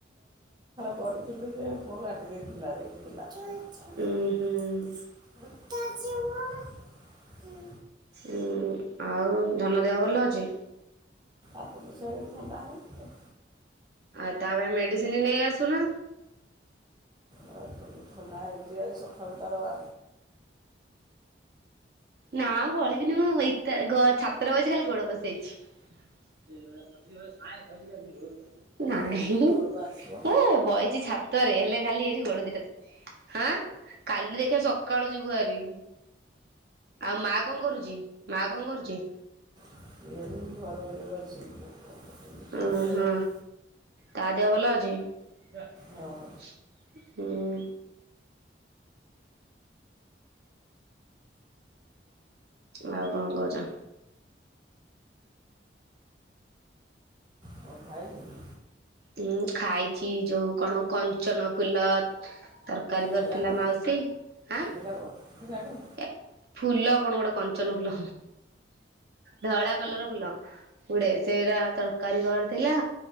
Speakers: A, on the right (about 25°); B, on the right (about 60°).
A: କରିଥିଲି ଯେ ପୁଅ କଟି ଦେଇଥିଲା ଦେଖୁଥିଲା। ବଟାଛି
B: ଉଁ ହୁଁ।
A: <unintelligible> ହୁଁ।
B: ହୁଁ ଉଁ ଆଉ ଧନ ଦେହ ଭଲ ଅଛି?
A: ତାକୁ ତ ସେଇ ଥଣ୍ଡା ହେଇଚି ଆଉ
B: ଆଉ ତା ପାଇଁ ମେଡିସିନ ନେଇ ଆସୁନ।
A: ଆ ଥନ-ଥଣ୍ଡା ହେଇଚି ଆଜି ସଖାଳୁ ତାର ବା
B: ନା ଗଳି। ବିନି ମୋର ୱେ ତ୍ ଗ-ଛାତର ବଇଚି ଖାଲି ଗୋଡ ପସେଇଚି <unintelligible> ନାହିଁ
A: କାଲି କେତେବେଳକୁ ଆସିବ
B: ଏ ବଇଚି ଛାତରେ ହେଲେ ଖାଠି ଗୋଡ ଦିଟା ଥୋ ହାଆଁ। କାଲି ଦେଖିବା ସ ସକାଳୁ ଯିବୁ ହାରି ଆଉ ମା କଅଁ କରୁଚି ମା କଅଁ କରୁଚି?
A: <inaudible> ଶୋଇଥିବ
B: ଓ ହଁ ତା ଦେହ ଭଲ ଅଛି ହୁଁ।
A: ହଁ
B: ଆଉ କଣ କହୁଛ?
A: ହ ଭାଇର ବି।
B: ଉଁ ଖାଇଛି ଯୋଉ କଣ କଞ୍ଚନ ଫୁଲ ତର କାରିଗର
A: କଣ
B: ଥିଲା
A: ଏଇଟା
B: ମାଉସୀ ଆଁ।
A: କଣ ଏଇଟା କଣ
B: ଏ ଫୁଲ କଣ ଗୋଟେ କ କାଞ୍ଚନ ଫୁଲ ଧଳା କଲର୍ ଫୁଲ ଗୁଡେ ସେରା ତରକାରୀ କରିଥିଲା